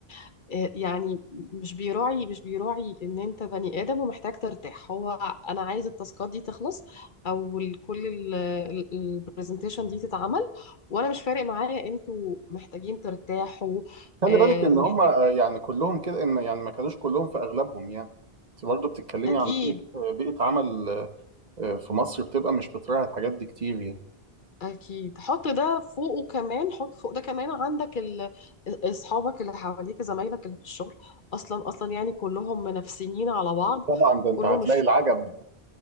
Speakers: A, on the left; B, on the right.
A: آه، يعني مش بيراعي مش بيراعي ان انت بني ادم ومحتاج ترتاح هو انا عايز التاسكات دي تخلص او ال- كل البرزنتيشن دي تتعمل وانا مش فارق معايا انتوا محتاجين ترتاحوا
B: خلي
A: آه،
B: بالك ان
A: محتاج
B: هم آه، يعني كلهم كده ان يعني ما كانوش كلهم في اغلبهم يعني انت برضه بتتكلمي
A: اكيد
B: عن بيئة آه، بيئة عمل آه، في مصر بتبقى مش بتراعي الحاجات دي كتير يعني
A: اكيد حط ده فوقه كمان حط فوق ده كمان عندك ال- اصحابك اللي حواليك زمايلك اللي في الشغل اصلا اصلا يعني كلهم منافسين على بعض
B: طبعا ده انت
A: كله
B: هتلاقي
A: مش
B: العجب